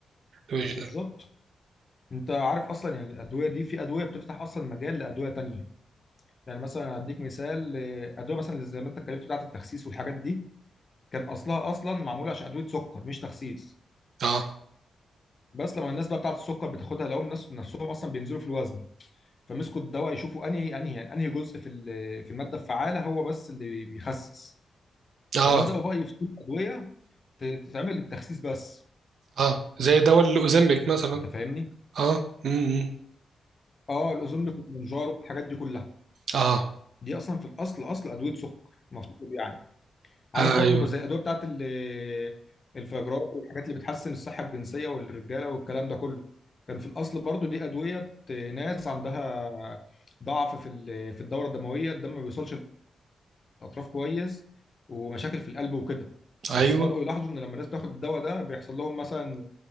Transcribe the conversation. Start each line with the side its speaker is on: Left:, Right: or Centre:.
Right: الجينيريك
Left: بالظبط انت عارف اصلا يعني الادويه دي في ادويه بتفتح اصلا مجال لادويه تانيه يعني مثلا هديك مثال آه، ادويه مثلا زي ما انت اتكلمت بتاعه التخسيس والحاجات دي كان اصلها اصلا معموله عشان ادويه سكر مش تخسيس
Right: اه
Left: بس لما الناس بقى بتاعه السكر بتاخدها لقوا الناس نفسهم اصلا بينزلوا في الوزن فمسكوا الدواء يشوفوا انهي انهي يعني انهي جزء في ال- في الماده الفعاله هو بس اللي بيخسس
Right: اه
Left: فبداوا بقى يفتوا ادويه تتعمل للتخسيس بس
Right: اه زي دواء الأوزمبيك مثلا
Left: انت فاهمني
Right: اه امم
Left: اه الاوزون بيكون منجار والحاجات دي كلها
Right: اه
Left: دي اصلا في الاصل اصل ادويه سكر المفروض يعني عارف
Right: ايوه
Left: برضو زي الادويه بتاعت ال- الفيجرات والحاجات اللي بتحسن الصحه الجنسيه والرجاله والكلام ده كله كان في الاصل برضو دي ادويه ناس عندها ضعف في ال- في الدوره الدمويه الدم ما بيوصلش للاطراف كويس ومشاكل في القلب وكده
Right: ايوه
Left: بس بداوا يلاحظوا ان لما الناس بتاخد الدواء ده بيحصل لهم مثلا